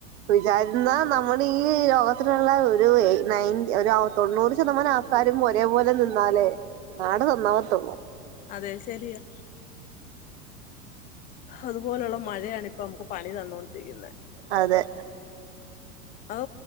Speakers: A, on the right; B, on the left.
A: വിചാരിച് എന്നാ നമ്മള് ഈ ലോകത്തിലുള്ള ഒരു എ നയൻ ഒര് തൊണ്ണൂറ് ശതമാനം ആൾക്കാരും ഒരേ പോലെ നിന്നാലേ നാട് നന്നാവത്തൊള്ളൂ.
B: അതെ ശരിയാ. അതുപോലുള്ള മഴയാണ് ഇപ്പ നമുക്ക് പണി തന്നോണ്ടിരിക്കുന്നെ.
A: അതേ
B: അത്